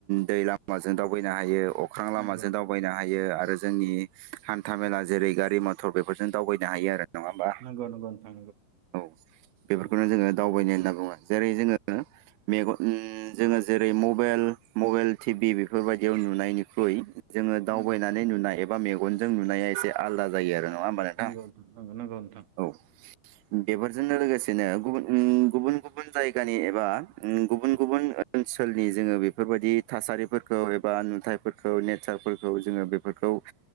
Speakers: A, on the right; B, on the right.
A: दै हाजों दावबायनो हायो अख्रां लामाजों
B: नंगौ नोंथां
A: दावबायनो हायो आरो जोंनि हान्था मेला जेरै गारि मथर बे बेजों दावबायनो हायो आरो नङा होमबा
B: नंगौ नोंथां
A: औ बेफोरखौनो
B: नंगौ
A: जोङो दावबायनो होनना बुङो जेरै जोङो मेगन जोङो जेरै मबाइ मबाइल टिभि बेफोरबायदियाव नुनायनिख्रुइ जोङो दावबायनानै
B: नंगौ
A: नुनाय एबा मेगं मेगनजों नुनाया एसे आलदा जायो आरो नङा होमबा नोंथां
B: नंगौ नोंथां
A: औ बेफोरजोंनो लोगोसेनो गुबुन गुबुन गुबुन जायगानि एबा गुबुन गुबुन ओनसोलनि नि जोङो बेफोरबायदि थासारिफोरखौ एबा नुथाइफोरखौ नेटचारफोरखौ जोङो बेफोरखौ